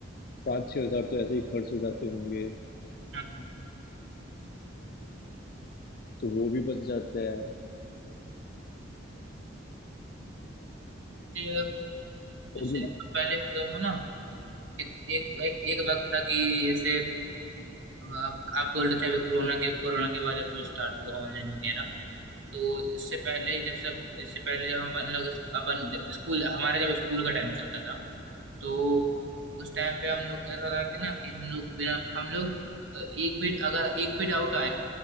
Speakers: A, on the left; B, on the right.
A: पाँच छह हजार तो ऐसे ही खर्च हो जाते होंगे
B: हाँ।
A: तो वो भी बच जाता है
B: ये
A: और
B: जैसे
A: मैं
B: अपन पहले होता था ना एक एक एक एक वक्त था कि जैसे आप आप बोल रहे थे अभी कोरोना के कोरोना के बाद ये सब स्टार्ट हुआ ऑनलाइन वगैरह तो इससे पहले जब सब इससे पहले जब हम अपन लोग अपन जब स्कूल हमारे जब स्कूल का टाइम चलता था तो उस टाइम पे हम लोग कैसा था कि ना कि हम लोग बिना हम लोग अ, एक भी अगर एक भी डाउट आया